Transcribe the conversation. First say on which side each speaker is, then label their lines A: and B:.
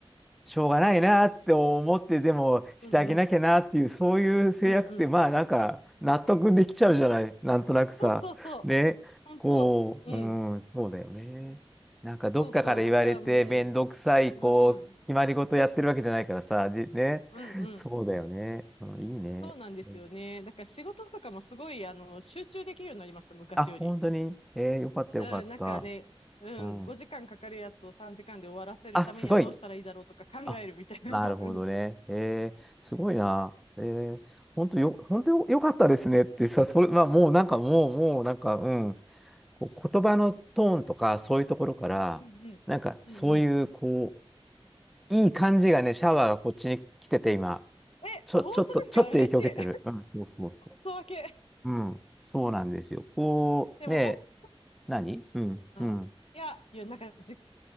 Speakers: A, in the centre; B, on the left.
A: しょうがないなって思ってでもしてあげなきゃなっていうそういう制約ってまあなんか納得できちゃうじゃないなんとなくさねこううんそうだよねなんかどっかから言われて面倒くさいこう決まり事やってるわけじゃないからさじねそうだよね、
B: うんうん、うんうん。そうそうそう。本当、うん。そうそう。だからもうね、うん。うんうん。
A: うん、いいねうん
B: そうなんですよね。だから仕事とかもすごい、あの、集中できるようになりました、昔より。
A: あ本当にえー、よかったよかった
B: うん、なんかね、うん、
A: うん
B: 5時間かかるやつを3時間で終わらせるためにはどうしたらいいだろうとか考えるみたいな。
A: あすごいあなるほどね。
B: <laughs> うん
A: えー、すごいな。えー、本当よ、本当よ、よかったですねってさ、それ、まあ、もうなんか、
B: そ
A: もう、もうなんか、うん。こう言葉のトーンとか、そういうところから、
B: う。うんうん。
A: なんか、そういう、
B: うんうん。
A: こう、いい感じがね、シャワーがこっちに来てて、今。
B: え、
A: ちょ、
B: 本当ですか嬉しい。
A: ちょっと、ちょっと影響を受けてる。うん、そうそうそ
B: <laughs> 外分け。
A: う。うん、そうなんですよ。こう、
B: でもほん、
A: ね、何うん、うん、
B: うん。いや、いや、なんかじっくり